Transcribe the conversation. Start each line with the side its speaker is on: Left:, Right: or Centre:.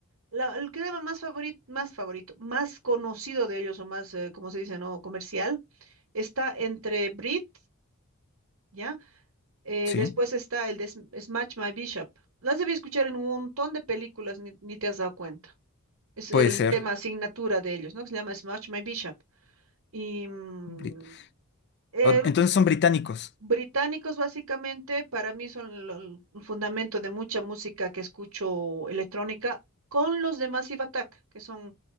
Right: La, el crema más favorito, más favorito, más conocido de ellos o más, eh, como se dice, no comercial, está entre Brit, ¿ya? Eh,
Left: sí,
Right: después está el de Sm- Smash My Bishop. Las debí escuchar en un montón de películas, ni, ni te has dado cuenta. Es
Left: puede
Right: el
Left: ser.
Right: tema Ya. asignatura de ellos, ¿no? Que se llama Smash My Bishop. Y mm,
Left: Bri-
Right: eh,
Left: o- Entonces
Right: Ah,
Left: son británicos.
Right: británicos, básicamente, para mí son lo- el fundamento de mucha música que escucho electrónica con los de Massive Attack, que son